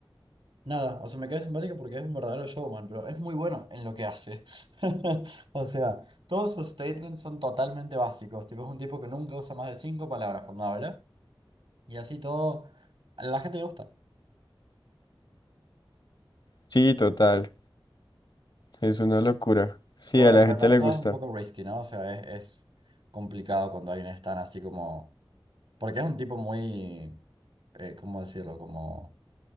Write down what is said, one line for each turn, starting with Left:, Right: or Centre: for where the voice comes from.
Right: nada, o sea, me cae simpático porque es un verdadero showman, pero es muy bueno en lo que hace. <laughs> O sea, todos sus statements son totalmente básicos, tipo, es un tipo que nunca usa más de cinco palabras cuando habla. Y así todo, a la gente le gusta.
Left: Sí, total. Es una locura. Sí,
Right: Pero
Left: a
Right: bueno,
Left: la
Right: para
Left: gente
Right: el mercado
Left: le gusta.
Right: es un poco risky, ¿no? O sea, es, es complicado cuando hay un stand así como... Porque es un tipo muy... eh, ¿cómo decirlo? Como...